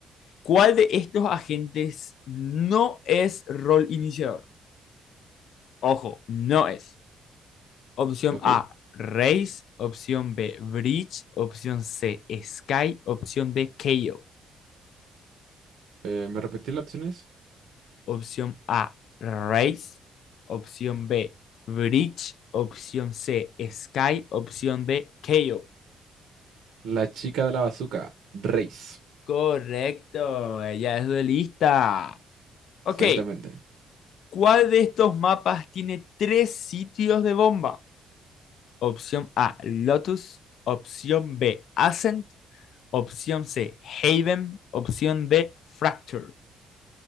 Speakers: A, on the left (about 70°); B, on the right (about 80°).
A: ¿Cuál de estos agentes no es rol iniciador? Ojo, no es. Opción
B: Ok,
A: A, Race. Opción B, Bridge. Opción C, Sky. Opción D, KO.
B: eh, ¿me repetí las opciones?
A: Opción A, Race. Opción B, Bridge. Opción C, Sky. Opción D, KO.
B: La chica de la bazuca, race.
A: Correcto, ella es duelista. Ok,
B: Exactamente.
A: ¿cuál de estos mapas tiene tres sitios de bomba? Opción A, Lotus. Opción B, Ascent. Opción C, Haven. Opción D, Fracture.